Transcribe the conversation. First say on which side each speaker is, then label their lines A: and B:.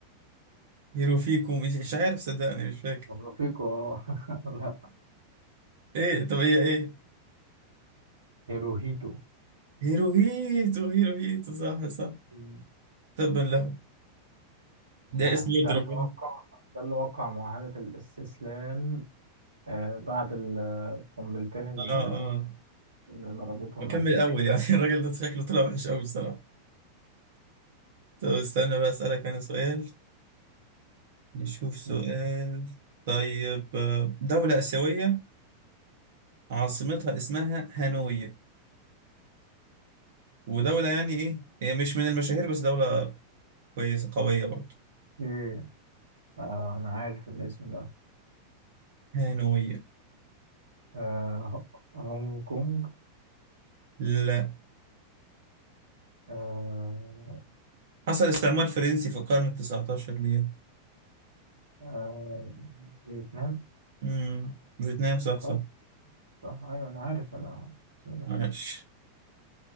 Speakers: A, on the right (about 55°); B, on the right (about 75°).
A: هيرو فيكو مش مش عارف صدقني مش فاكر
B: طب رفيقه آه. <laughs> لا
A: ايه طب هي ايه
B: هيروهيتو
A: هيرو هيتو هيرو هيتو صح صح
B: م.
A: تبا له ده
B: آه.
A: اسم يد
B: ده اللي
A: ربنا
B: وقع ده اللي وقع معاهدة الاستسلام آه. بعد القنبلتين اللي
A: اه اه
B: اللي ضربتهم
A: بكمل
B: أمريكا
A: اول يعني <laughs> الراجل ده شكله طلع وحش قوي بصراحة طب استنى بقى اسألك انا سؤال نشوف سؤال
B: م.
A: طيب آه، دولة آسيوية عاصمتها اسمها هانوي ودولة يعني إيه هي مش من المشاهير بس دولة كويسة قوية برضه
B: إيه آه. أنا عارف الاسم ده
A: هانوية
B: آه. هونج كونج
A: لا
B: آه.
A: حصل استعمار فرنسي في القرن التسعتاشر ليها
B: آه. فيتنام
A: امم فيتنام صح صح
B: صح؟ صح ايوه انا عارف انا اسمه ده
A: عاش